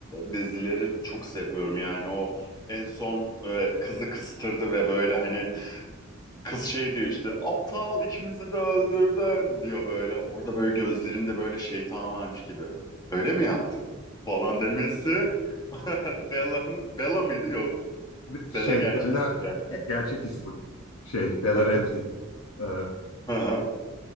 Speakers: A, on the left (about 20°); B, on the left (about 85°).
A: dizileri çok seviyorum. Yani o en son e, kızı kıstırdı ve böyle hani kız şey diyor işte aptal ikimizi de öldürdün diyor böyle. Orada böyle gözlerinde böyle şeytan varmış gibi. Öyle mi yaptın? falan demesi <laughs> Bella, Bella mıydı? Yok.
B: Ve- Şey
A: Bella gerçek
B: Bella
A: ismi gerçekten.
B: ge- gerçek ismi. Şey Bella
A: <laughs>
B: Ramsey. Ee,
A: Hı hı.